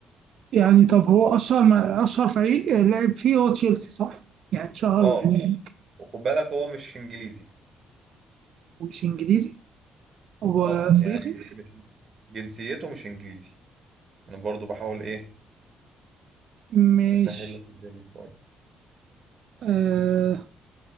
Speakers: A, on the right (about 65°); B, on the right (about 40°).
A: يعني طب هو أشهر ما أشهر فريق لعب فيه هو تشيلسي صح؟ يعني اتشهر
B: اه
A: هناك
B: وخد بالك هو مش انجليزي
A: مش إنجليزي هو
B: اه
A: أفريقي
B: يعني مش- مش- جنسيته مش انجليزي انا برضو بحاول ايه
A: مش
B: اسهل لك الدنيا شويه
A: آه